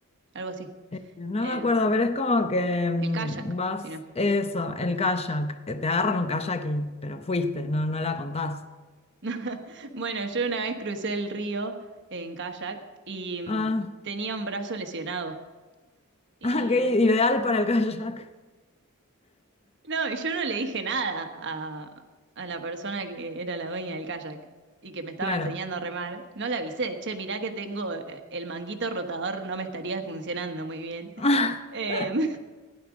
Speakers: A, on the right; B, on the left.
A: algo así.
B: Eh, No
A: Em,
B: me acuerdo, pero es como que mm,
A: el kayak,
B: vas,
A: si no.
B: eso, el kayak, eh, te agarran un kayak y, pero fuiste, no, no la contás.
A: <laughs> Bueno, yo una vez crucé el río en kayak y mm,
B: Ah,
A: tenía un brazo lesionado.
B: <laughs>
A: Y
B: ah, qué ideal para el kayak.
A: no, y yo no le dije nada a, a la persona que era la dueña del kayak y que me estaba
B: Claro,
A: enseñando a remar. No le avisé, che, mirá que tengo eh, el manguito rotador, no me estaría funcionando muy bien. <laughs>
B: <laughs>
A: Em,